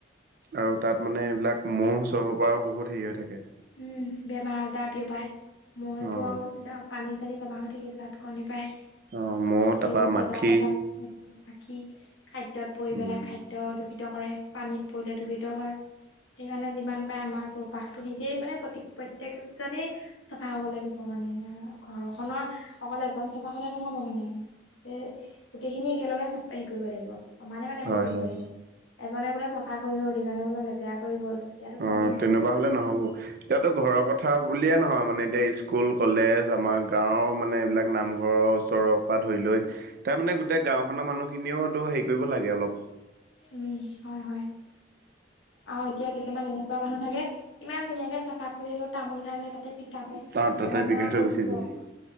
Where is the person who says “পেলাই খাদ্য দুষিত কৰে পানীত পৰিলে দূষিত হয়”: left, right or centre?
Left